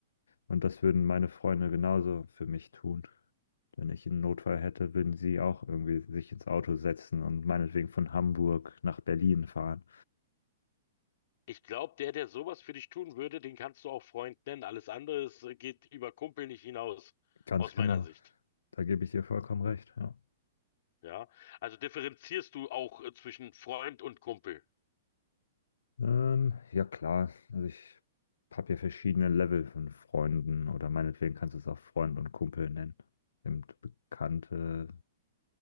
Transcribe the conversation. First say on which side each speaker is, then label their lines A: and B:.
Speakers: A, on the left; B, on the left.
A: Und das würden meine Freunde genauso für mich tun. Wenn ich einen Notfall hätte, würden sie auch irgendwie sich ins Auto setzen und meinetwegen von Hamburg nach Berlin fahren.
B: Ich glaube, der, der sowas für dich tun würde, den kannst du auch Freund nennen. Alles andere ist, äh, geht über Kumpel nicht hinaus,
A: Ganz
B: aus
A: genau.
B: meiner Sicht.
A: Da gebe ich dir vollkommen recht, ja.
B: Ja, also differenzierst du auch äh, zwischen Freund und Kumpel.
A: Ähm, ja klar, also ich habe ja verschiedene Level von Freunden oder meinetwegen kannst du es auch Freund und Kumpel nennen. Eben Bekannte,